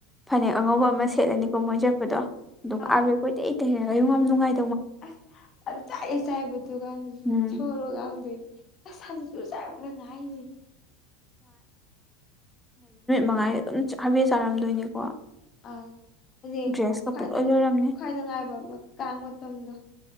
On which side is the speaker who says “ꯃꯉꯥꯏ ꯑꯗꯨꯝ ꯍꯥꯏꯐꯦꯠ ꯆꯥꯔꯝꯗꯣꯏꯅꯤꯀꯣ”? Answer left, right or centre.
Centre